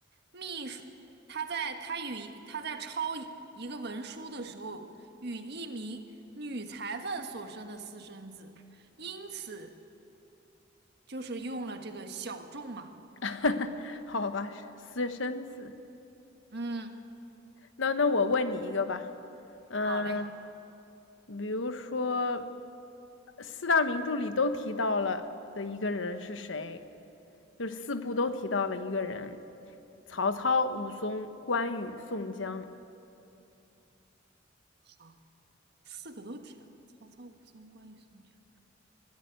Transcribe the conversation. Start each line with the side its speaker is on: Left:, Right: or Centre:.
Right: 秘书，他在他与他在抄一个文书的时候，与一名女裁缝所生的私生子，因此就是用了这个小仲嘛。
Left: <laughs> 好吧，私生子。
Right: 嗯，
Left: 那那我问你一个吧，嗯，
Right: 好嘞，
Left: 比如说四大名著里都提到了的一个人是谁？就是四部都提到了一个人，曹操、武松、关羽、宋江。
Right: 好，四个都提到，曹操、武松、关羽、宋江。